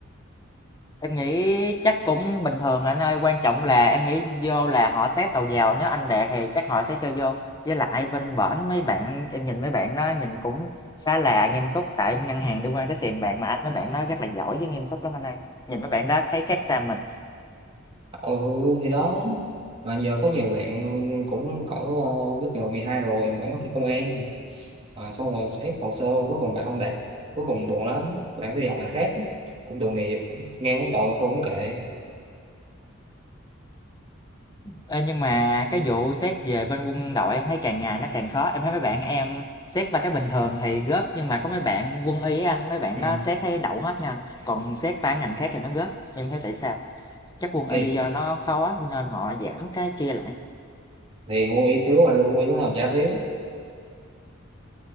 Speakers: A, on the left (about 20°); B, on the right (about 30°).
A: Em nghĩ chắc cũng bình thường anh ơi, quan trọng là em nghĩ vô là họ test đầu vào, nếu anh đạt thì chắc họ sẽ cho vô. Với lại bên bển mấy bạn, em nhìn mấy bạn đó nhìn cũng khá là nghiêm túc tại ngân hàng liên quan tới tiền bạc mà anh mấy bạn đó rất là giỏi với nghiêm túc lắm anh ơi. Nhìn mấy bạn đó thấy khác xa mình.
B: ừ thì đó mà giờ có nhiều bạn cũng cỡ ờ, lớp mười mười hai rồi mà vẫn thi công an mà xong rồi xét hồ sơ cuối cùng bạn không đạt cuối cùng buồn lắm bạn phải đi học ngành khác cũng tội nghiệp nghe cũng tội mà thôi cũng kệ
A: Ê, nhưng mà cái vụ xét về bên quân đội em thấy càng ngày nó càng khó. Em thấy mấy bạn em xét ba cái bình thường thì gớp nhưng mà có mấy bạn quân y á anh, mấy bạn
B: ừ.
A: đó xét thấy đậu hết nha. Còn xét ba ngành khác thì nó gớp. Em không hiểu tại sao? Chắc quân
B: thì,
A: y do nó khó nên họ giảm cái kia lại.
B: thì quân y thiếu rồi quân y lúc nào chả thiếu